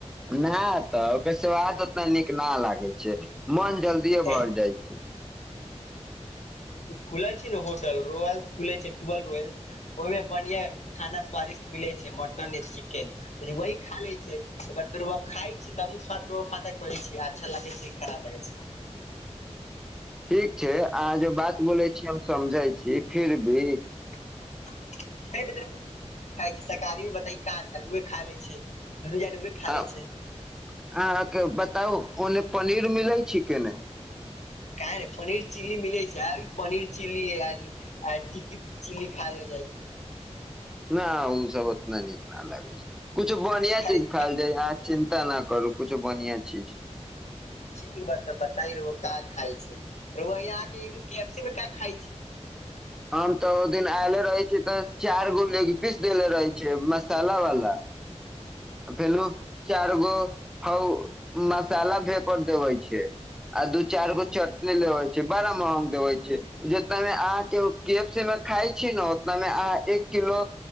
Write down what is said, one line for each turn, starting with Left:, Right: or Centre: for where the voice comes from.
Centre: नहि तऽ ओकर स्वाद उतना नीक न लागैत छैक मन जल्दिए भर
Left: ए
Centre: जाइत छै
Left: खुल छै ने होटल रोयल्स खुल छै दुएल रोयल्स ओहि मे बढ़िया खाना स्वादिष्ट मिलैत छैक मटन या चिकेन वही खा लैत छियै अगर तरुआ खाइत छ त करै छी अच्छा लागय छै खराब लागै छै
Centre: ठीक छै अहाँ जे बात बोलै छीयै हम समझै छी फिर भी
Left: खाइ छै शाकारी मे बता काए खा ले छै दुनू जानी उहे खा
Centre: हँ
Left: ले
Centre: अहाँके
Left: छै
Centre: बताउ ओने पनीर मिलै छै के नाई
Left: क पनीर चिली मिलैत छै पनीर चिली टिकी चिली खा ल जाइ
Centre: <inaudible> न ओ सब उतना नीक न लगैत छै कछु बढ़िया
Left: खाली
Centre: चीज खायल जाय यह चिन्ता न करू किुछो बन्हियाँ चीज
Left: चिली बात बता रह का खाय छै व याँ के फ़ सी मे क खाइ छै
Centre: <inaudible> हम तऽ ओ दिन आयले रहे छीै तऽ चार गो लग पीस देेले रहे छियै मसाला वाला फेलु चारि गो ह मसाला पेपर देबे छै आ दू चार गो चटनी लेबे छै बड़ा महंग देवै छै जितना मे अहाँ के केफसी खाय छी ने ओतनामे अहाँ एक किलो